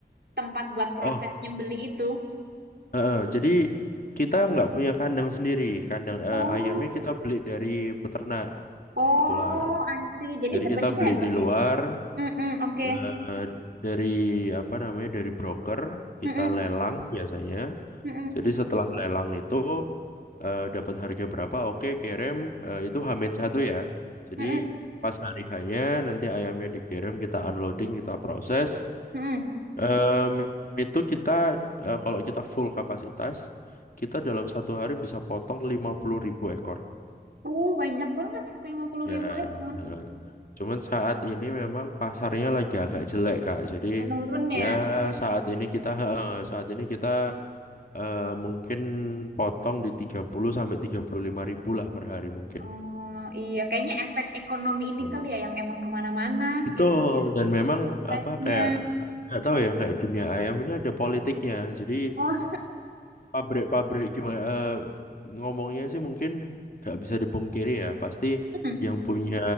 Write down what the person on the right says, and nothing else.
tempat buat proses
nyembelih itu.
Oh,
oh,
I see. Jadi
sebenarnya
ya
lebih.
Mm-mm, oke.
Mm-mm,
mm-mm,
mm-mm,
mm-mm.
Oh, banyak banget lima puluh
ribu ekor.
Menurun ya.
Oh, iya. Kayaknya efek ekonomi ini
kali ya yang emang kemana-mana
itunya.
Basnya.
Oh,
<laughs> mm,